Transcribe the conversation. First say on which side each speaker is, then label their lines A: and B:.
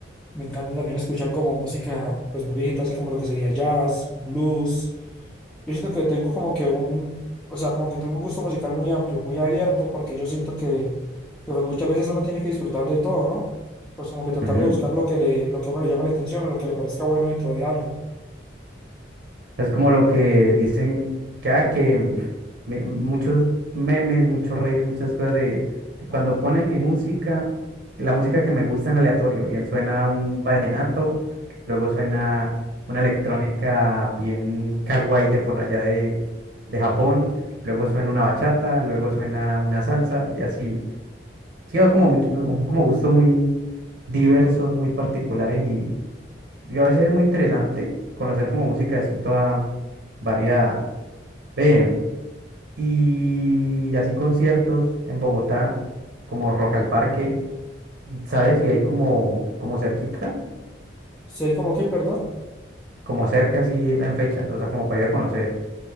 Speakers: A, in the centre; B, on the right.
A: me encanta también escuchar como música pues muy viejita, así como lo que sería jazz, blues. Yo siento que tengo como que un, o sea, como que tengo un gusto musical muy amplio, muy abierto, porque yo siento que, que pues muchas veces uno tiene que disfrutar de todo, ¿no? Pues como que tratar
B: Ujú.
A: de buscar lo que le, lo que a uno le llama la atención o lo que le parezca bueno dentro de algo.
B: Es como lo que dicen que, ah, que mm, me- muchos memes, muchos reels, muchas cosas de, de cuando ponen mi música, la música que me gusta en aleatorio, y suena un vallenato, luego suena una electrónica bien kawaii de por allá de, de Japón, luego suena una bachata, luego suena una salsa, y así. Sí, es como, mucho- como gustos muy diversos, muy particulares y a veces es muy interesante conocer como música así toda variada. Ve, y así conciertos en Bogotá, como Rock al Parque, ¿sabes? Y hay como, como cerquita,
A: sé como que, perdón.
B: como cerca así en fechas, o sea, como para ir a conocer.